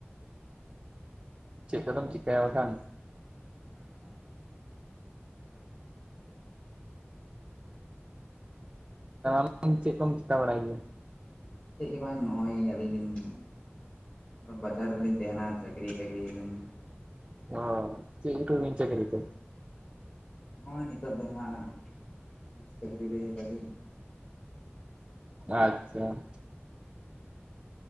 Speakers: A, on the right; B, on the left.
A: ᱪᱮᱫ ᱠᱚ ᱫᱚᱢ ᱪᱤᱠᱟᱭᱟ ᱵᱟᱝ ᱠᱷᱟᱱ
B: ᱦᱮᱸ ᱦᱮᱸ <inaudible>
A: <inaudible> ᱪᱮᱫ ᱠᱚᱢ ᱪᱤᱠᱟ ᱵᱟᱲᱟᱭ ᱜᱮᱭᱟ
B: ᱪᱮᱫ ᱜᱮ ᱵᱟᱝ ᱱᱚᱜᱼᱚᱭ ᱟᱹᱞᱤᱝ ᱞᱤᱧ ᱵᱟᱡᱟᱨ ᱨᱮᱞᱤᱧ ᱛᱟᱦᱮᱱᱟ ᱪᱟᱹᱠᱨᱤ ᱴᱟᱹᱠᱨᱤ ᱞᱤᱝ
A: ᱚ ᱪᱮᱫ ᱠᱚᱨᱮ ᱵᱤᱱ ᱪᱟᱠᱨᱤ ᱛᱮ
B: ᱱᱚᱜᱼᱚᱭ ᱱᱤᱛᱚᱜ ᱫᱚ ᱦᱟᱸᱜ ᱯᱩᱞᱤᱥ ᱪᱟᱹᱠᱨᱤ ᱨᱮ ᱫᱟᱞᱤᱧ
A: ᱟᱪᱪᱷᱟ ᱪᱟ